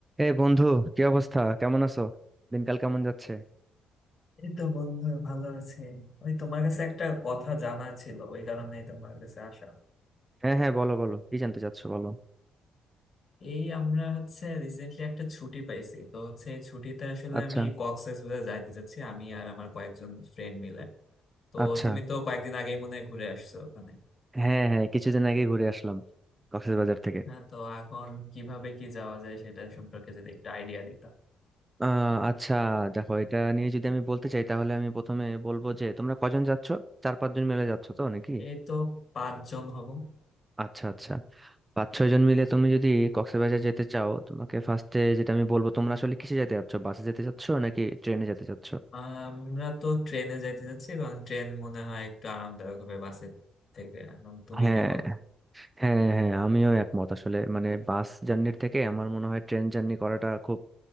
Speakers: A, on the right; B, on the left.
A: এই বন্ধু কি অবস্থা কেমন আছো দিনকাল কেমন যাচ্ছে
B: এই তো বন্ধু ভালো আছে ওই তোমার কাছে একটা কথা জানা ছিল ওই কারণেই তোমার কাছে আসা
A: হ্যাঁ হ্যাঁ বলো বলো কি জানতে চাচ্ছো বলো
B: এই আমরা হচ্ছে রিসেন্টলি একটা ছুটি পাইছি তো হচ্ছে এই ছুটিতে আসলে
A: আচ্ছা
B: আমি কক্সবাজার যাইতে চাচ্ছি আমি আর আমার কয়েকজন ফ্রেন্ড মিলে তো
A: আচ্ছা
B: তুমি তো কয়েকদিন আগেই মনে হয় ঘুরে আসছো ওখানে
A: হ্যাঁ হ্যাঁ কিছুদিন আগে ঘুরে আসলাম কক্সবাজার থেকে
B: হ্যাঁ তো এখন কিভাবে কি যাওয়া যায় সেটা সম্পর্কে যদি একটা আইডিয়া দিতাম
A: আহ আচ্ছা দেখো এটা নিয়ে যদি আমি বলতে চাই তাহলে আমি প্রথমে বলবো যে তোমরা কজন যাচ্ছো চার পাঁচজন মিলে যাচ্ছো তো নাকি
B: এই তো পাঁচজন হব
A: আচ্ছা আচ্ছা পাঁচ ছয় জন মিলে তুমি যদি কক্সবাজার যেতে চাও তোমাকে ফার্স্টে যেটা আমি বলবো তোমরা আসলে কিসে যেতে চাচ্ছো বাসে যেতে চাচ্ছো নাকি ট্রেনে যেতে চাচ্ছো
B: আমরা তো ট্রেনে যাইতে চাচ্ছি কারণ ট্রেন মনে হয় একটু আরামদায়ক হবে বাসের থেকে এখন তুমি
A: হ্যাঁ
B: কি বলো
A: হ্যাঁ হ্যাঁ আমিও একমত আসলে মানে বাস জার্নির থেকে আমার মনে হয় ট্রেন জার্নি করাটা খুব